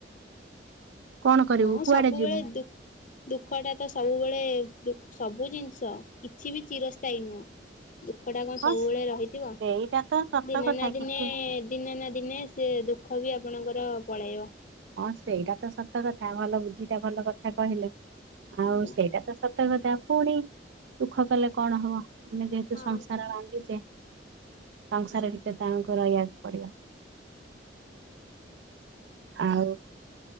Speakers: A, on the right (about 80°); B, on the left (about 45°).
A: କଣ କରିବୁ
B: ହଁ
A: କୁଆଡେ
B: ସବୁବେଳେ
A: ଯିବୁ?
B: ଦୁଃଖ ଦୁଃଖଟା ତ ସବୁବେଳେ ଦ ସବୁ ଜିନିଷ କିଛି ବି ଚିରସ୍ଥାୟୀ ନୁହେଁ ଦୁଃଖ ଟା କଣ ସବୁବେଳେ
A: ହଁ
B: ରହିଥିବ
A: ସେଇଟା ତ ସତ
B: ଦିନେ
A: କଥା
B: ନା ଦିନେ
A: କିଛି
B: ଦିନେ ନା ଦିନେ ସେ ଦୁଃଖ ବି ଆପଣଙ୍କର ପଳାଇବ
A: ହଁ ସେଇଟା ତ ସତ କଥା ଭଲ ବୁଦ୍ଧିଟା ଭଲ କଥା କହିଲେ ଆଉ
B: ଆଜ୍ଞା
A: ସେଇଟା ତ ସତ କଥା ପୁଣି ଦୁଃଖ କଲେ କଣ ହବ ଆମେ ଯେହେତୁ
B: ହଁ।
A: ସଂସାର ବାନ୍ଧିଛେ ସଂସାର ଭିତରେ ତାଙ୍କୁ ରହିବାକୁ ପଡିବ ଆଉ